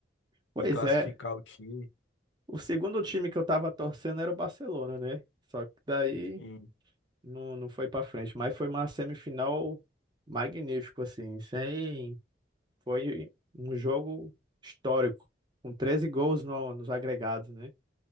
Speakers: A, on the right (about 25°); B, on the left (about 80°).
A: Pois
B: e classificar
A: é,
B: o time.
A: o segundo time que eu tava torcendo era o Barcelona, né? Só que daí
B: Sim,
A: não, não foi pra frente, mas foi uma semifinal magnífico assim, sem foi um jogo histórico, com 13 gols no- nos agregados, né?